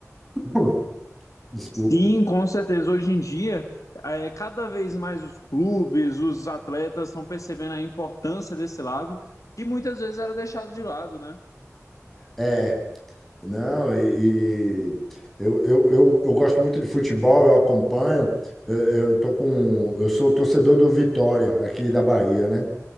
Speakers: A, in the centre; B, on the left (about 85°).
A: <coughs> <clears throat> Desculpa.
B: Sim, com certeza. Hoje em dia, é, cada vez mais os clubes, os atletas estão percebendo a importância desse lado, que muitas vezes era deixado de lado, né?
A: É, não, e, e eu, eu, eu, eu gosto muito de futebol, eu acompanho, eu, eu tô com, eu sou torcedor do Vitória aqui da Bahia, né?